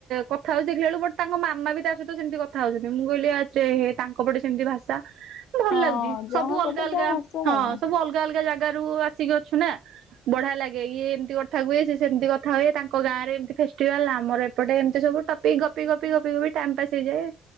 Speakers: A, on the right; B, on the left.
A: କଥା ହଉ ଦେଖିଲା ଅଳୁ ବଟ୍ ତାଙ୍କ ମାମା ବି ତା ସହିତ ସେମତି କଥା ହଉଛନ୍ତି ମୁଁ କହିଲି ଆ ଷ୍ଟେ ହେ ତାଙ୍କ ପଟେ ସେମତି ଭାଷା ଭଲ
B: ହଁ
A: ଲାଗୁଚି
B: ଯାହା
A: ସବୁ
B: ପଟେ
A: ଅଲଗା ଅଲଗା
B: ଯାହା ଭାଷା
A: ହଁ
B: ଆଉ।
A: ସବୁ ଅଲ୍ ଗା ଜାଗାରୁ ଆସିକି ଅଛୁ ନାଁ। ବଢ଼ିଆ ଲାଗେ ଇଏ ଏମତି କଥା କୁଏ ସେ ସେମତି କଥା ହୁଏ ତାଙ୍କ ଗାଁରେ ଏମତି ଫେଷ୍ଟିଭାଲ୍ ଆମର ଏପଟେ ଏମତି ସବୁ ଟ ପି ଗପି ଗପି ଗପି ଗପି ଟାଇମ୍ ପାସ୍ ହେଇଯାଏ।